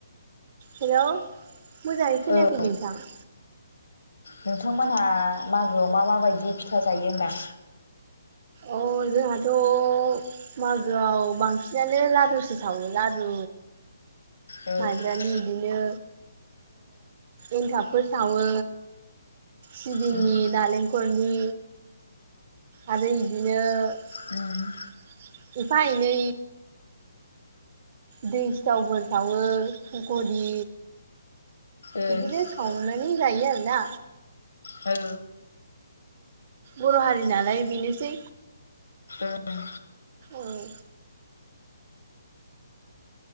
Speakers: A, on the right; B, on the left.
A: हेल' मोजाङै खोनायाखै
B: औ
A: नोंथां
B: नोंथांमोनहा मागोआव मा माबायदि फिथा जायो होनदां
A: औ जोंहाथ' मागोआव बांसिनानो लारुसो सावो लारु
B: औ
A: माइब्रानि
B: उम
A: बिदिनो एनथाबफोर सावो सिबिंनि
B: उम
A: नालेंखलनि आरो बिदिनो
B: उम
A: एफा एनै दै सिथावबो सावो फखरि
B: ओ
A: बिदिनो संनानै जायो आरोना
B: औ
A: बर' हारि नालाय बेनोसै
B: ओं
A: आरो